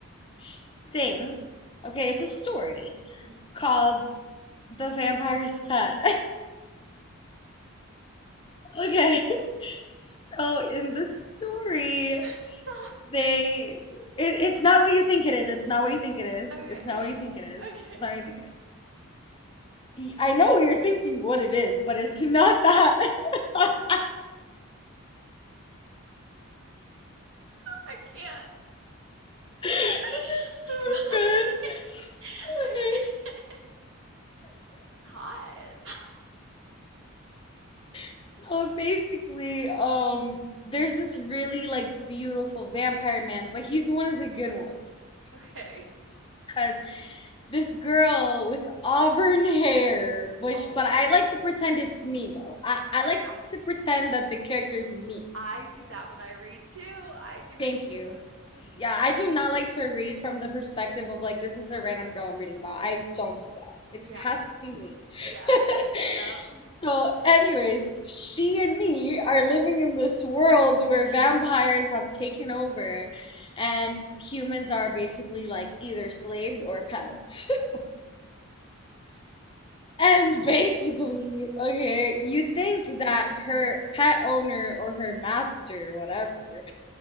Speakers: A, on the left; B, on the right.
A: sh- thing. Okay, it's a story
B: Mhm.
A: called The Vampire's Pet. <laughs> Okay. So in the story,
B: So
A: they it, it's not what you think it is. It's not what you think it is.
B: okay,
A: It's not
B: okay,
A: what you think it is.
B: okay.
A: It's not what you think it is. Y- I know you're thinking what it is, but it's not that. <laughs>
B: I can't.
A: This
B: <laughs> I
A: is too good.
B: can't.
A: Okay.
B: I can't. Pause. <laughs>
A: So basically, um, there's this really like beautiful vampire man, but he's one of the good ones.
B: Okay.
A: Because this girl with auburn hair, which,
B: Always.
A: but I like to pretend it's me though. I, I like
B: I
A: to pretend that the character's me.
B: I do that when I read too. I do
A: Thank
B: it too.
A: you.
B: <sighs>
A: Yeah, I do not like to read from the perspective of like this is a random girl I'm reading about. I don't do that. It
B: Yeah.
A: has to be me.
B: Yeah.
A: <laughs>
B: Yep.
A: So, anyways, she and me are living in this world where vampires have taken over and humans are basically like either slaves or pets. <laughs> And basically, okay, you think that her pet owner or her master, whatever,